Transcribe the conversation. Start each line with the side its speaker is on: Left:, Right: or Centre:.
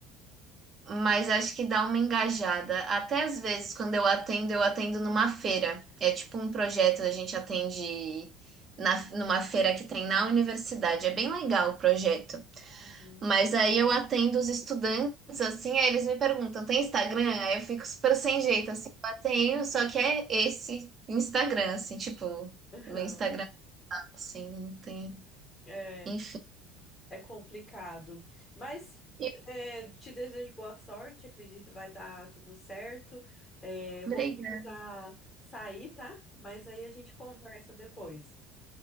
Right: mas acho que dá uma engajada. Até às vezes, quando eu atendo, eu atendo numa feira. É tipo um projeto, a gente atende na, numa feira que tem na universidade. É bem legal o projeto.
Left: uhum,
Right: Mas aí eu atendo os estudantes, assim, aí eles me perguntam, tem Instagram? Aí eu fico super sem jeito, assim, eu tenho, só que é esse Instagram, assim, tipo,
Left: aham.
Right: no Instagram, assim, não tem.
Left: É.
Right: Enfim.
Left: É complicado, mas
Right: E-
Left: é, te desejo boa sorte, acredito que vai dar tudo certo. É, eu
Right: Obrigada.
Left: vou precisar sair, tá? Mas aí a gente conversa depois.